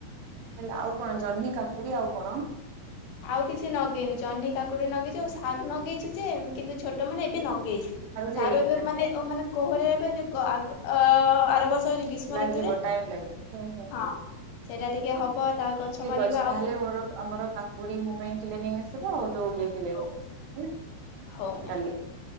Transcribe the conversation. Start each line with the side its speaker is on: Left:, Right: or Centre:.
Right: ହେଲା ଆଉ କଣ ଜହ୍ନି, କାକୁଡି ଆଉ କଣ?
Left: ଆଉ କିଛି ନଗେଇନି ଜହ୍ନିକାକୁଡି ନଗେଇଛୁ ଆଉ ସାରୁ ନଗେଇଛୁ ଯେ କିନ୍ତୁ ଛୋଟ ମାନେ ଏବେ ନଗେଇଛି
Right: ହେଇନି
Left: ସାରୁ ଏବେ
Right: ଆଚ୍ଛା
Left: ମାନେ ମାନେ କୋହଳିବା ପାଇ ଯୋଉ ଅଗ ଅ ଆର ବର୍ଷ ଗ୍ରୀଷ୍ମ
Right: ଲାଗିବ
Left: ଋତୁରେ
Right: ଟାଇମ ଲାଗିବ ହୁଁ ହୁଁ ହୁଁ।
Left: ହଁ ସେଇଟା ଟିକେ ହବ। ତାପରେ ଗଛ
Right: ଠିକ
Left: ମରିବ
Right: ଅଛି
Left: ଆଉ
Right: ତାହେଲେ ମୋର ଆମର କା ଉଡି ମୋ ପାଇଁ କିଲେ ନେଇ ଆସିବ ଆଉ ଯୋଉ ଇଏ କିଲେ
Left: ହଉ
Right: ନେଇ ଆସିବ ହେଲା।
Left: ହଉ ମ୍ୟାମ୍।
Right: କାଲି